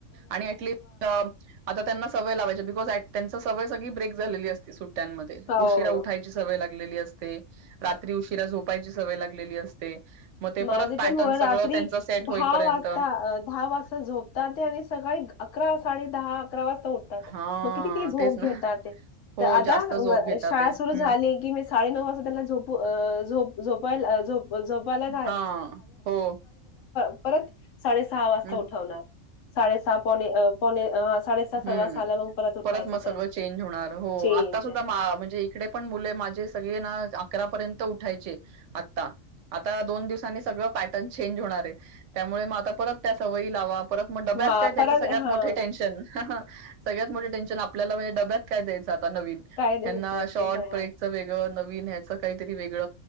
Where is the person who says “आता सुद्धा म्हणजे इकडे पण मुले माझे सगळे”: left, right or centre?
Right